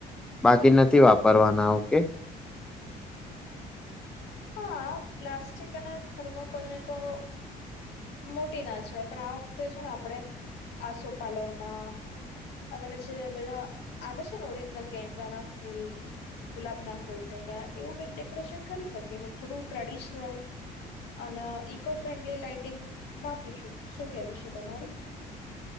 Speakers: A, in the centre; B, on the left.
A: બાકી નથી વાપરવાના. ઓ કે
B: હા પ્લાસ્ટિક થર્મકોલને તો મોટી ના છે પણ આ વખતે છે ને આપણે આસો પાાલવના અને પછી બધા આવે છે ને ઓરિજનલ ગેડાા ના ફૂલ ગુલાબ ના ફૂલ થઈ ગયા એવું કઈક ડેકોરેશન કરી શકી થોડું ટ્રેડિશનલ અને ઇકો ફ્રેન્ડલી લઇટિંગ વાપરીશું શું કેવું છે તમારું.